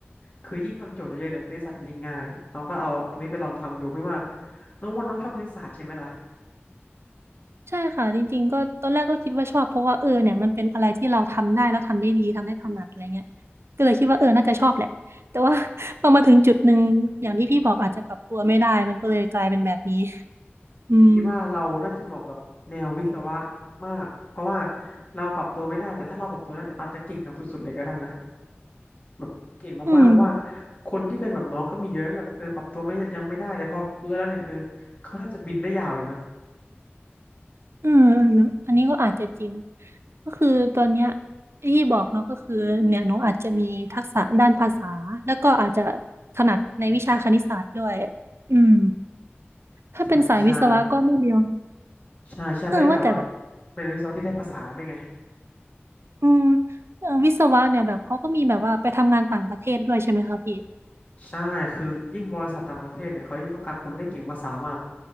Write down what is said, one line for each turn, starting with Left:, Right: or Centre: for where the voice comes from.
Left: คือยิ่งทำโจทย์เยอะๆเนี่ยคณิตศาสตร์จะยิ่งง่ายน้องก็เอาตรงนี้ไปลองทำดูพี่ว่าน้องว่าน้องชอบคณิตศาสตร์ใช่ไหมล่ะ
Right: ใช่ค่ะจริงๆก็ตอนแรกก็คิดว่าชอบเพราะว่าเออเนี่ยมันเป็นอะไรที่เราทำได้แล้วทำได้ดีทำได้ถนัดอะไรเงี้ยก็เลยคิดว่าเออน่าจะชอบแหละแต่ว่า <laughs> พอมาถึงจุดหนึ่งอย่างที่พี่บอกอาจจะปรับตัวไม่ได้มันก็เลยกลายเป็นแบบนี้อืม
Left: พี่ว่าเราน่าจะเหมาะกับแนววิศวะมากเพราะว่าเราปรับตัวไม่ได้แต่ถ้าเราปรับตัวได้เนี่ยอาจจะเก่งกับสุดๆเลยก็ได้นะแบบเก่งมากๆเพราะว่า
Right: อืม
Left: คนที่เป็นแบบน้องก็มีเยอะนะที่แบบเออปรับตัวไม่ยังไม่ได้แต่พอเพื่อแล้วเนี่ยคือเขาน่าจะบินได้ยาวเลยนะ
Right: อืมเนอะอันนี้ก็อาจจะจริงก็คือตอนเนี้ยที่บอกเนาะก็คือเนี่ยหนูอาจจะมีทักษะด้านภาษาแล้วก็อาจจะถนัดในวิชาคณิตศาสตร์ด้วยอืมถ้าเป็นสายวิศวะก็ไม่เรียว
Left: ใช่ใช่ใช่ใช่แล้วอย่างเรา
Right: เออว่าแต่แบบ
Left: เป็นวิศวะที่ได้ภาษาด้วยไง
Right: อืมเอ่อวิศวะเนี่ยแบบเขาก็มีแบบว่าไปทำงานต่างประเทศด้วยใช่ไหมคะพี่
Left: ใช่ คือยิ่งบริษัทต่างประเทศเนี่ยเขายิ่งต้องการคนได้เก่งภาษามาก